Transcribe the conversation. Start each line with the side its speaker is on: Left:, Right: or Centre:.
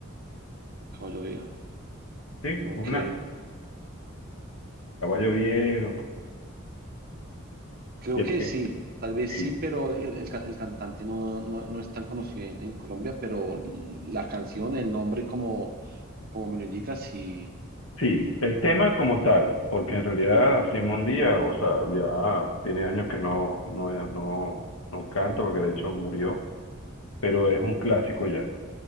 Right: Caballo Viejo.
Left: Sí,
Right: Ok,
Left: una caballo viejo.
Right: creo
Left: el
Right: que
Left: que-
Right: sí, tal vez
Left: sí,
Right: sí, pero el, el ca- el cantante no, no- no es tan conocido en, en Colombia, pero la canción, el nombre, como, como me lo indica, sí,
Left: sí, el tema como tal, porque en realidad Simón Díaz, o sea, ya tiene años que no, no, no, no canta, porque de hecho murió, pero es un clásico ya.